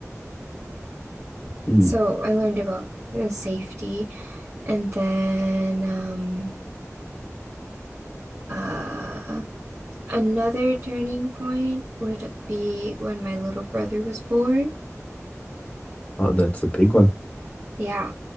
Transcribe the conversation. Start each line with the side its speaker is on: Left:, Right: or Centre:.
Left: Hmm.
Right: so I learned about the safety and then um uh Another turning point would be when my little brother was born.
Left: Oh, that's a big one.
Right: Yeah,